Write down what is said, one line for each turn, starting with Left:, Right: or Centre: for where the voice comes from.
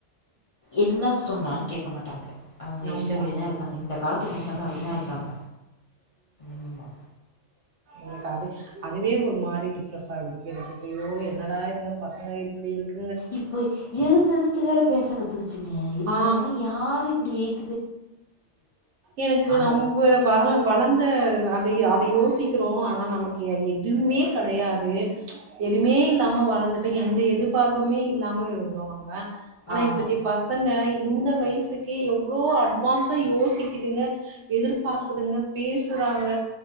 Left: என்ன சொன்னாலு கேக்க மாட் ட்டாங்க அவுங்க
Right: அம்மா
Left: இஷ்டப்படி தாருக்காங்க இந்த காலத்து பசங்க அப்டிதாருக்காங்க ம்மா
Right: எனக் அது அதுவே ஒரு மாரி டிப்ரஸ் ஆவுது எனக்கு ஐயோ என்னடாது இதுங்க பசங்க இப்டிருக்கு
Left: இப்ப எதுத்து எதுத்து வேற பேச கத்துக்குச்சிங்க இதுங்கள்ட்டையெல்லா
Right: ஆ
Left: யாரு இப்டி எய்த்
Right: எனக்கு
Left: ஆ
Right: நம்ப வரள வளந்த அதை அதை யோசி சிக்குறோ ஆனா நமக்கு எ எதுமே கடயாது எதுமே இல்லாம வளந்துட்டோ எந் எந்த எதிர்ப்பார்ப்புமே இல்லாம இருந்தோ நம்ம ஆனா
Left: ஆமா
Right: இப்பக்கி பசங்க இந்த வயசுக்கே எவ்ளோ அட் வான்ஸா யோசிக்குதுங்க எதுர்ப் பாக்குதுங்க பேசுறாங்க